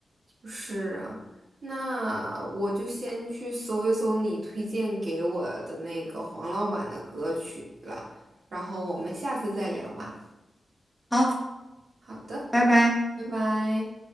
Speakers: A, on the right; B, in the centre.
A: 是啊，那我就先去搜一搜你推荐给我的那个黄老板的歌曲了，然后我们下次再聊吧。
B: 好，
A: 好的，
B: 拜拜。
A: 拜拜。